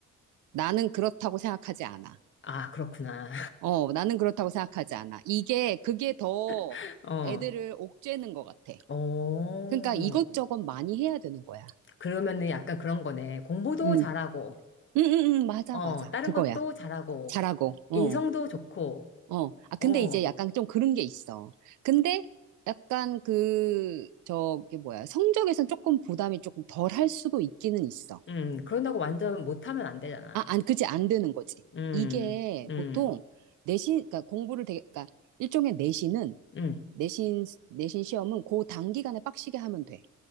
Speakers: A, on the right; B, on the left.
A: 나는 그렇다고 생각하지 않아.
B: 아, 그렇구나.
A: 어, 나는 그렇다고 생각하지 않아. 이게, 그게 더
B: <laughs> 어,
A: 애들을 옥죄는 것 같아.
B: 어.
A: 그러니까 이것저것 많이 해야 되는 거야.
B: 그러면은 약간 그런 거네. 공부도
A: 음,
B: 잘하고,
A: 음, 음, 음, 맞아,
B: 어,
A: 맞아.
B: 다른
A: 그거야.
B: 것도 잘하고,
A: 잘하고, 어.
B: 인성도 좋고,
A: 어, 아, 근데
B: 어.
A: 이제 약간 좀 그런 게 있어. 근데 약간 그, 저기 뭐야, 성적에선 조금 부담이 조금 덜 할 수도 있기는 있어.
B: 음, 그런다고 완전 못하면 안 되잖아.
A: 아, 안, 그지, 안 되는 거지.
B: 음,
A: 이게
B: 음,
A: 보통 내신, 그러니까 공부를 되게, 그러니까 일종의 내신은,
B: 음,
A: 내신, 내신 시험은 그 단기간에 빡시게 하면 돼.